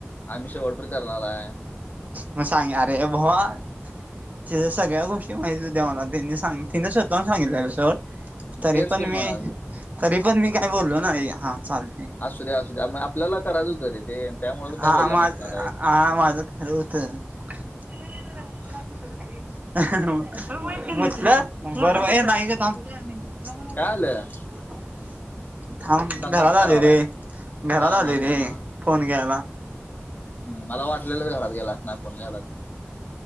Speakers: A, on the left; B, on the right.
A: आम्ही शेवट पर्यंत करणाराय.
B: म सांग अरे भावा तिज्या सगळ्या गोष्टी माहिती होत्या मला त्यांनी सां तिने स्वतःहून सांगितल्यालं सोड. तरी
A: तेच
B: पण
A: की मग
B: मी, तरी पण मी काय बोललो नाही हा चाल
A: असूद्या असूद्या मग आपल्याला करायचं हुतं रे ते, त्यामुळे तू
B: हा
A: काय बोलला
B: माझ
A: नसणार
B: हा
A: आयस.
B: माझं <inaudible> म्हटलं बरं ए नाही ग थांब. नगो नगो
A: काय
B: तुझ
A: आलं
B: नको तू बोलतोयस. थांब
A: दंगा
B: घरात
A: का करावलाय
B: आलूय रे, घरात
A: हा हा
B: आलूय
A: हा
B: रे,
A: हा
B: फोन घ्यायला.
A: मला वाटलेलंच घरात गेला आसनार फोन घ्याला.